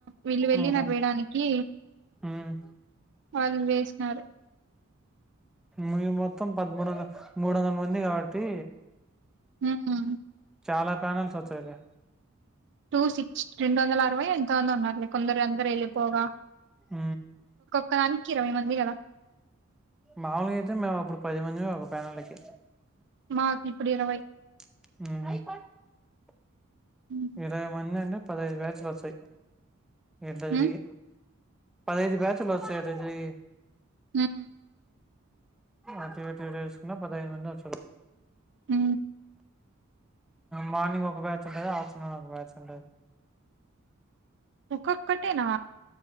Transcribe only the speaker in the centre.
ఆహా
ఉమ్
మీరు మొత్తం పదమూడొంద మూడందల మంది కాబట్టీ
చాలా ప్యానెల్స్ ఒచ్చాయిలే
ఊ
మాములుగయితే మేమప్పుడు పది మందిమి ఒక ప్యానళ్ళకి
<unintelligible>
ఇరవై మందంటే పదైదు బ్యాచులొస్తయ్ ఎట్ల
తిరిగి పదైదు బ్యాచులొస్తయ ఎట్ల తిరిగీ
అటూ ఇటూ ఎటేస్కున్న పదైదు మందొస్తరు
మార్నింగ్ ఒక బ్యాచ్ ఉంటది ఆఫ్టర్నూన్ ఒక బ్యాచ్ ఉంటది.